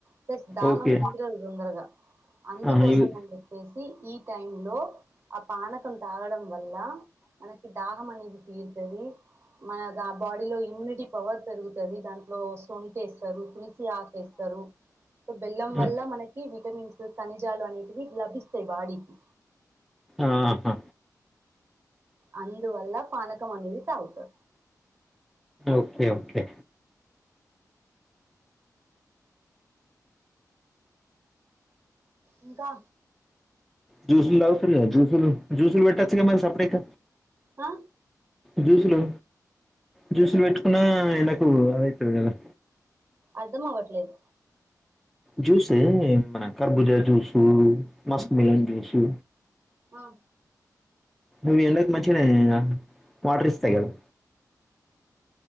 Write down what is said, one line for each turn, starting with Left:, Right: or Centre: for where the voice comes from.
Right: ప్లస్ దాహం
Centre: ఓకే
Right: తీరదు తొందరగా అందుకోసం
Centre: ఆహా, ఇవి
Right: అని చెప్పేసి ఈ టైం లో ఆ పానకం తాగడం వల్ల మనకి దాహం అనేది తీరతది. మన ఆ బాడీలో ఇమ్యూనిటీ పవర్ పెరుగుతుంది దాంట్లో సొన్ తెసరూ తులుసి ఆ ఎస్తరు బెల్లం
Centre: ఆ,
Right: వల్ల మనకి విటమిన్స్ ఖనిజాలు అనేటివి లభిస్తాయి బాడీకి
Centre: ఆహా
Right: అ అందు వల్ల పనకం అనేది తగుతా
Centre: ఓకే ఓకే
Right: ఇంకా
Centre: జ్యూసులు తగుతరు కదా జ్యూసులు జ్యూసులు పెట్టచ్చు గ మరి సాపడేక్క
Right: ఆ
Centre: జ్యూసులు జ్యూసులు పెట్టుకున్న ఎండకు అదవుతుంది కదా
Right: అర్ధం అవ్వట్లేదు
Centre: జ్యూసే మన కర్బుజా జ్యూసు మస్క్ మిలన్ జ్యూసు
Right: ఆ
Centre: అవి ఎండకు మంచిగనే వాటర్ ఇస్తాయి కదా